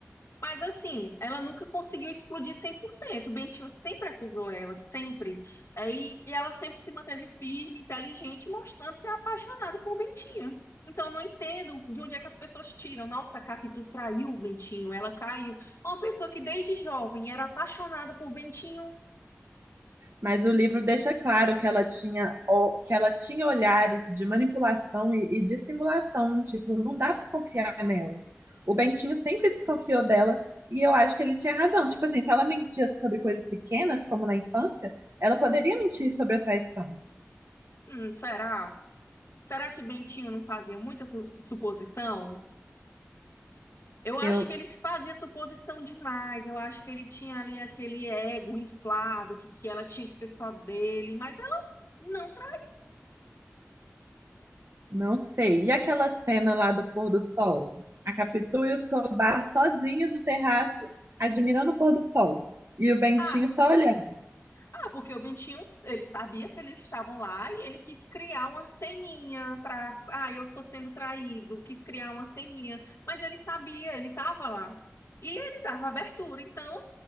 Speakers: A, on the left (about 65°); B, on the right (about 65°).
A: Mas assim, ela nunca conseguiu explodir 100%. O Bentinho sempre acusou ela, sempre. aí E, e ela sempre se manteve firme, inteligente, mostrando ser apaixonada por Bentinho. Então, eu não entendo de onde é que as pessoas tiram. Nossa, a Capitu traiu o Bentinho, ela caiu. Uma pessoa que desde jovem era apaixonada por Bentinho.
B: Mas o livro deixa claro que ela tinha, o- que ela tinha olhares de manipulação e, e dissimulação, tipo, não dá pra confiar nela. O Bentinho sempre desconfiou dela e eu acho que ele tinha razão. Tipo assim, se ela mentia sobre coisas pequenas, como na infância, ela poderia mentir sobre a traição.
A: Hum, será? Será que Bentinho não fazia muita su- suposição? Eu acho
B: Eu
A: que ele fazia suposição demais. Eu acho que ele tinha ali aquele ego inflado, que, que ela tinha que ser só dele, mas ela não tra...
B: não sei. E aquela cena lá do pôr do sol? A Capitu e o Escobar sozinhos no terraço, admirando o pôr do sol. E o Bentinho
A: ah,
B: só olhando.
A: ah, porque o Bentinho, ele sabia que eles estavam lá e ele quis criar uma ceninha para, ah, eu tô sendo traído, quis criar uma ceninha, mas ele sabia, ele estava lá. E ele dava abertura, então